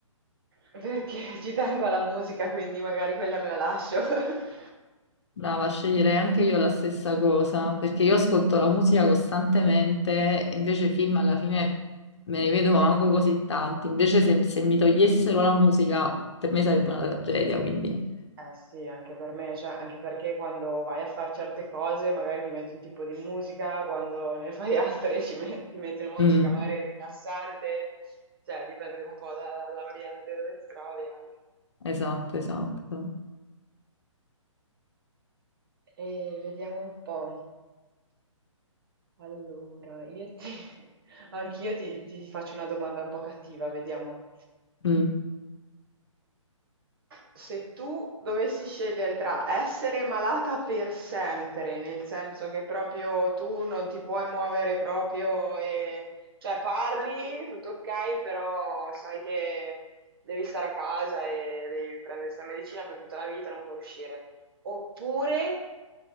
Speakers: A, on the right (about 45°); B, on the left (about 55°).
A: perché ci tengo alla musica, quindi magari quella me la lascio. <laughs>
B: Brava, sceglierei anche io la stessa cosa, perché io ascolto la musica costantemente, invece film alla fine me ne vedo ma manco così tanti, invece se, se mi togliessero la musica per me sarebbe una tragedia, quindi...
A: Eh sì, anche per me, cioè anche perché quando vai a fare certe cose magari ti metti un tipo di musica, quando ne fai <laughs> altre ci met- ti metti una
B: Mm,
A: musica magari rilassante, cioè dipende un po' da- dall'ambiente dove ti trovi anche.
B: esatto, esatto.
A: E vediamo un po'. Allora, io ti... <laughs> anch'io ti, ti faccio una domanda un po' cattiva, vediamo.
B: Mm.
A: Se tu dovessi scegliere tra essere malata per sempre, nel senso che proprio tu non ti puoi muovere proprio e cioè parli, tutto ok, però sai che devi stare a casa e devi prendere questa medicina per tutta la vita, non puoi uscire. Oppure